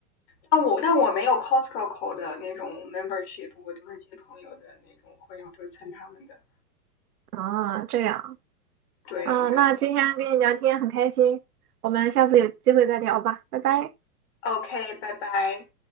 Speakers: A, on the left; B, on the right.
A: 但我但我没有 Costco 的那种 membership，我都是接朋友的那种会，我都是参他们的。
B: 啊，这样，
A: 对
B: 嗯，那今天跟你聊天很开心，我们下次有机会再聊吧，拜拜。
A: o k 拜拜。